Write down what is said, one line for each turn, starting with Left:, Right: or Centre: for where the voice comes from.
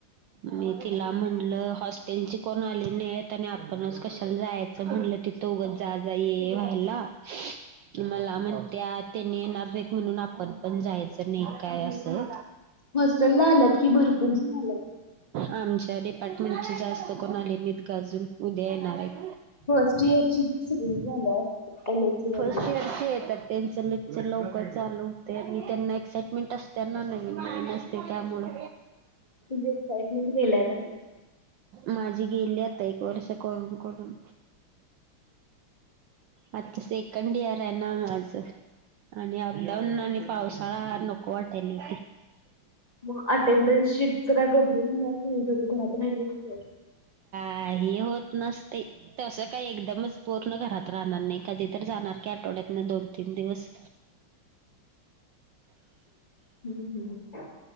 Right: मी तिला म्हटलं हॉस्टेलची कोण आले नाही आणि आपणच कशा ला जायचं म्हटलं तिथं जा जा ये व्हायला. मला म्हणत्या त्यांनी येणार नाहीत म्हणून आपण पण जायचं नाही काय असं,
Left: हॉस्टेलला आल्यात की भरपूर जण आल्यात.
Right: आमच्या डिपार्टमेंटची जास्त कोण आली नाहीत गं अजून, उद्या येणार आहेत.
Left: फर्स्ट इयरची तर सगळीच आल्यात एम एस सी
Right: फर्स्ट
Left: वाली.
Right: इअरची येत्यात. त्यांचं लेक्चर लवकर चालू होतंय आणि त्यांना एक्साइटमेंट अस त्या ना नवीन नवीन असते त्यामुळं.
Left: तुझी एक्साइटमेंट गेलाय काय?
Right: माझी गेली आता एक वर्ष करून करून आता सेकंड इयर आहे ना माझं, आणि अपडाऊन आणि पावसाळा नको वाटालय.
Left: मग अटेंडन्स शीटच काही प्रॉब्लेम होणार नाही जर तु घरात राहिलीस तर.
Right: काही होत नसतयं तसं काही एकदमच पूर्ण घरात राहणार नाही कधी तर जाणार की आठव ड्यातनं दोन तीन दिवस.
Left: हम् हम्